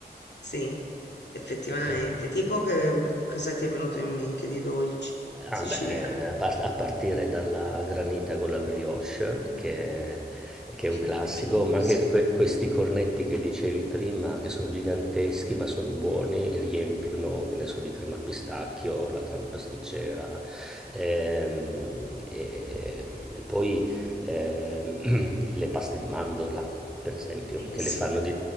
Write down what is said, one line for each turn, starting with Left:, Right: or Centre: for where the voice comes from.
Left: sì, effettivamente.
Centre: Eh,
Left: Tipo che cosa ti è venuto in mente di dolci siciliani?
Centre: Ah beh, eh, a par- a partire dalla granita con la brioche, che, che è
Left: <laughs>
Centre: un classico, ma anche que- questi cornetti che dicevi prima, che sono giganteschi ma sono buoni, li riempiono, che ne so, di crema al pistacchio, la crema pasticcera. Ehm, e, e poi ehm, <clears throat> le paste di mandorla, per esempio,
Left: Eh
Centre: che
Left: sì.
Centre: le fanno di,